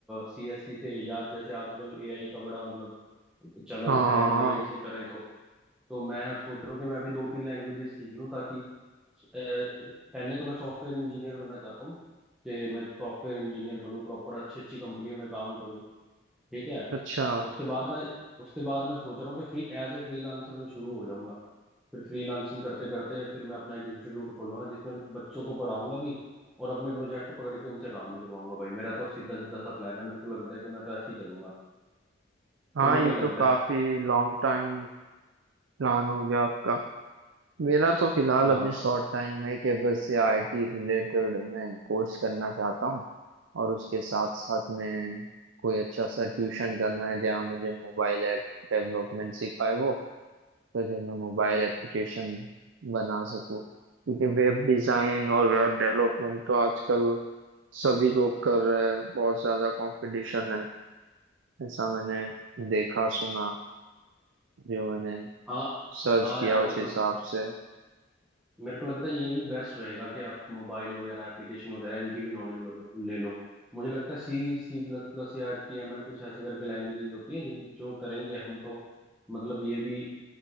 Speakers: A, in the centre; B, on the right.
A: सीएससी से या जैसे आजकल एआई का बड़ा मतलब चलन
B: हाँ
A: है
B: हाँ हाँ
A: एआई से करें तो तो मैं सोच रहा हूँ कि मैं अभी दो तीन लैंग्वेजेस सीख लूँ ताकि अ, पहले तो मैं सॉफ्टवेयर इंजीनियर बनना चाहता हूँ कि मैं सॉफ्टवेयर इंजीनियर बनूँ प्रॉपर अच्छी अच्छी कंपनियों में काम करूँ ठीक है
B: अच्छा
A: उसके बाद मैं उसके बाद मैं सोच रहा हूँ कि फ्री एज ए फ्रीलांसर में शुरू हो जाऊंगा फिर फ्रीलांसिंग करते करते फिर मैं अपना एक इंस्टीट्यूट खोलूंगा जिसमें बच्चों को पढ़ाऊंगा भी और अपने प्रोजेक्ट पकड़ के उनसे काम भी करवाऊंगा भाई मेरा तो सीधा सीधा सा प्लान है मेरे को लगता है कि मैं तो ऐसे ही चलूंगा
B: हाँ
A: तुम्हें
B: ये
A: क्या लगता
B: तो काफी
A: है
B: लॉन्ग टाइम प्लान हो गया आपका मेरा तो फिलहाल
A: हाँ
B: अभी शॉर्ट टाइम है कि बस ये आईटी रिलेटेड मैं कोर्स करना चाहता हूँ और उसके साथ साथ मैं कोई अच्छा सा ट्यूशन करना है जहाँ मुझे मोबाइल ऐप डेवलपमेंट सिखाए हो तो जो मैं मोबाइल एप्लीकेशन बना सकूँ क्योंकि वेब डिज़ाइन और वेब डेवलपमेंट तो आजकल सभी लोग कर रहे हैं बहुत ज़्यादा कंपटीशन है ऐसा मैंने देखा सुना जो मैंने
A: हाँ
B: सर्च
A: हाँ
B: किया
A: यार
B: उस
A: मतलब
B: हिसाब से
A: मेरे को लगता है ये भी बेस्ट रहेगा कि आप मोबाइल वगैरह एप्लीकेशन वगैरह इनकी भी नॉलेज लो ले लो मुझे लगता है सी सी प्लस प्लस या टी एम एल कुछ ऐसे करके लैंग्वेजेस होती हैं जिन जो करेंगे हम तो मतलब ये भी